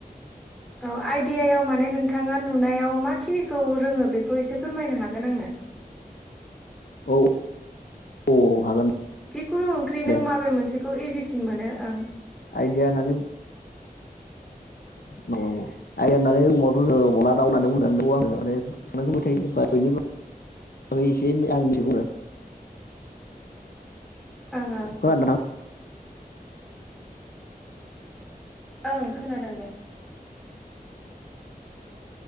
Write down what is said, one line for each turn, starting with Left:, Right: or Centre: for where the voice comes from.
Centre: औ आइदियायाव माने नोंथाङा नुनायाव मा खिनिखौ रोङो बेखौ एसे फोरमायनो हागोन आंनो
Left: औ औ औ हागोन
Centre: जिखुनु ओंख्रि नों
Left: दे
Centre: माबे मोनसेखौ इजिसिन मोनो ओं
Left: आइदिया होननानै
Centre: <inaudible>
Left: <unintelligible> <unintelligible> एसे आं मिथिगौ आरो
Centre: ओं ओं
Left: खोनादों नोंथां
Centre: ओं खोनादों दे